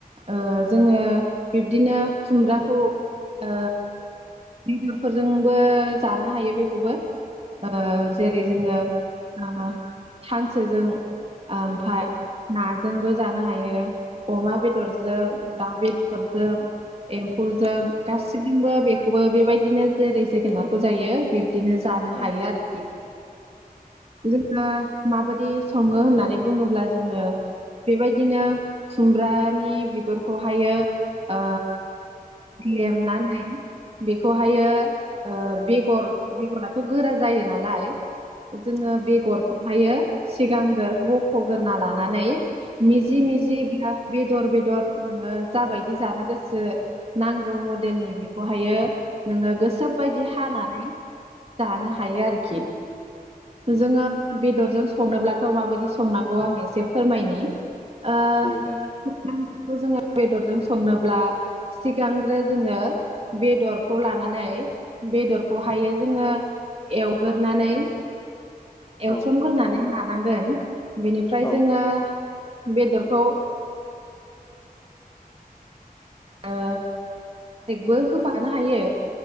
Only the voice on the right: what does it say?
ओ जोङो बिब्दिनो खुमब्राखौ ओ बेदरफोरजोंबो जानो हायो बेखौबो ओ जेरै जोङो ओ हांसोजों ओमफाय नाजोंबो जानो हायो अमा बे दरजों दाव बेदरजों एम्फौजों गासिबजोंबो बेखौबो बेबायदिनो जेरै जोगोनारखौ जायो बि दिनो जानो
हायो आरोखि । जोङो माबायदि सङो होननानै बुङोब्ला जोङो बेबायदिनो खुमब्रानि बिगुर खौहायो ओ लेमनानै बेखौहायो ओ बेगर बेगरा थ' गोरा जायो नालाय जोङो बेगरखौहायो सिगांगोर ब खगोरना लानानै मिजि मिजि बियो बेदर बेदर नोङो जाबायदि जानो गोसो ना औ मडेलनि बे खौहायो नोङो गोसो बायदि हानानै जानो हायो आरोखि जोङो बेदरजों संनोब्लाथ' माबायदि संनांगौ आङो एसे फोरमायनि ओ
<unintelligible> <unintelligible> जोङो बेदरजों संनोब्ला सिगां ग्रो जोङो बेदरखौ लानानै बेदरखौ हायो जोङो एवग्रोनानै एवथ्रोमगोरनानै
लानांगोन बेनिफ्राय
जोङो बेदरखौ ओ नेकबो होफानो हायो।